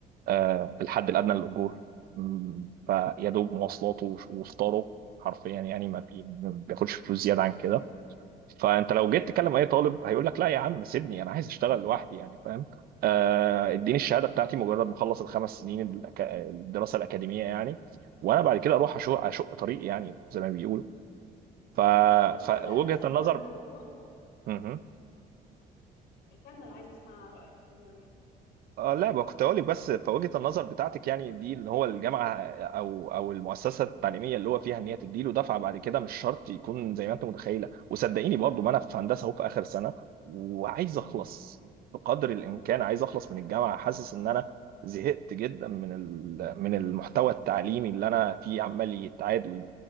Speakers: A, on the right; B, on the left.
A: آه، الحد الأدنى للأجور مم، فيا دوب مواصلاته وش-
B: مهم.
A: وفطاره حرفيا يعني ما بي- ما بياخدش فلوس زيادة عن كده فأنت لو جيت تكلم أي طالب هيقول لك لا يا عم سيبني أنا عايز أشتغل لوحدي يعني فاهم آه، اديني الشهادة بتاعتي مجرد ما أخلص الخمس سنين الأكا- الدراسة الأكاديمية يعني وأنا بعد كده أروح أشق أشق طريق
B: مهم.
A: يعني زي ما بيقولوا ف...
B: بس
A: فوجهة
B: بس
A: النظر
B: هو الموضوع
A: مهم.
B: كمل عايز اسمع رايك كله يعني
A: اه لا بقى كنت اقول لك بس في وجهة النظر بتاعتك يعني دي ان هو الجامعه او او المؤسسه التعليميه اللي هو فيها ان هي تديله دفعه بعد كده مش شرط يكون زي ما انت متخيله وصدقيني برضو ما انا في هندسه اهو في اخر سنه وعايز اخلص بقدر الامكان عايز اخلص من الجامعه حاسس ان انا زهقت جدا من ال- من المحتوى التعليمي اللي انا فيه عمال يتعاد وي-